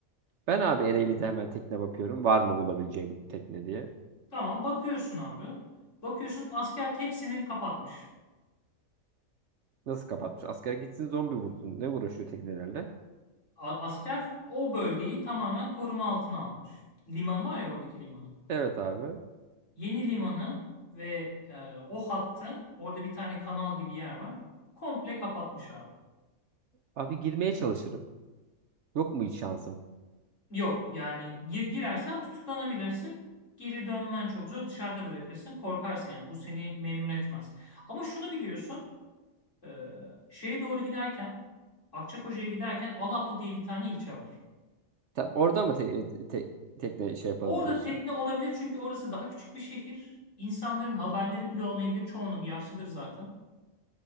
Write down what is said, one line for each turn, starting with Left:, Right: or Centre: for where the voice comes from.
Right: Ben abi Ereğli'de hemen tekne bakıyorum. Var mı bulabileceğim tekne diye.
Left: Tamam bakıyorsun abi. Bakıyorsun asker hepsini kapatmış.
Right: Nasıl kapatmış? Askere gitsin zombi vursun. Ne uğraşıyor teknelerle?
Left: A- Asker o bölgeyi tamamen koruma altına almış. Liman var ya oradaki limanı.
Right: Evet abi.
Left: Yeni limanı ve e, o hattı orada bir tane kanal gibi yer var. Komple kapatmış abi.
Right: Abi girmeye çalışırım. Yok mu hiç şansım?
Left: Yok yani gi- girersen tutuklanabilirsin. Geri dönmen çok zor. Dışarıda bırakırsın. Korkarsın yani. Bu seni memnun etmez. Ama şunu biliyorsun. e, şeye doğru giderken Akçakoca'ya giderken Alaplı diye bir tane ilçe var.
Right: Tam orada mı te- te- tekne şey yapalım
Left: Orada
Right: diyorsun?
Left: tekne olabilir çünkü orası daha küçük bir şehir. İnsanların haberleri bile olmayabilir. Çoğunluk yaşlıdır zaten.